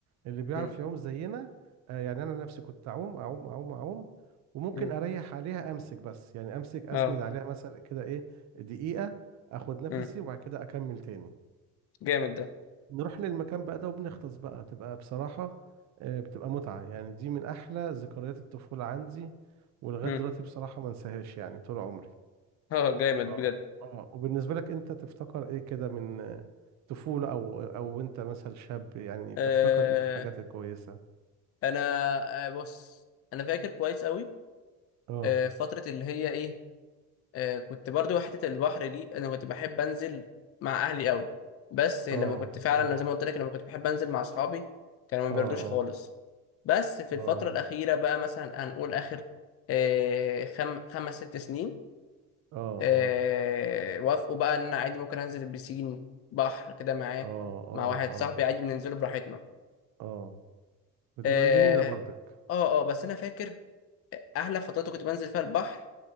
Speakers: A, on the right; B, on the left.
A: اللي بيعرف
B: امم
A: يعوم زينا آه، يعني انا نفسي كنت اعوم اعوم اعوم اعوم وممكن
B: امم
A: اريح عليها امسك بس يعني امسك اسند
B: اه
A: عليها مثلا كده ايه دقيقة اخد نفسي
B: امم
A: وبعد كده اكمل تاني
B: جامد ده
A: نروح للمكان بقى ده وبنغطس بقى تبقى بصراحة آه، بتبقى متعة يعني دي من أحلى ذكريات الطفولة عندي ولغاية
B: امم
A: دلوقتي بصراحة ما انساهاش يعني طول عمري
B: اه جامد
A: اه
B: بجد
A: اه وبالنسبة لك أنت تفتكر إيه كده من آه، طفولة أو أو أنت مثلا شاب يعني
B: آه
A: تفتكر إيه الحاجات الكويسة
B: انا آه بص انا فاكر كويس قوي
A: اه
B: آه فتره اللي هي ايه آه كنت برضو حته البحر دي انا كنت بحب انزل مع اهلي قوي بس لما
A: اه
B: كنت فعلا
A: اه
B: زي ما قلت لك لما كنت بحب انزل مع اصحابي كانوا
A: اه
B: ما بيردوش
A: اه
B: خالص بس في
A: اه
B: الفتره الاخيره بقى مثلا هنقول اخر آه خم... خمس ست سنين
A: اه
B: آه،
A: اه
B: وافقوا بقى ان انا عادي ممكن انزل البسين بحر كده معاه
A: اه
B: مع
A: اه
B: واحد صاحبي
A: اه
B: عادي بننزله براحتنا
A: اه بتبقى
B: اه
A: جميلة برضك
B: اه آه، بس انا فاكر احلى فترات كنت بنزل فيها البحر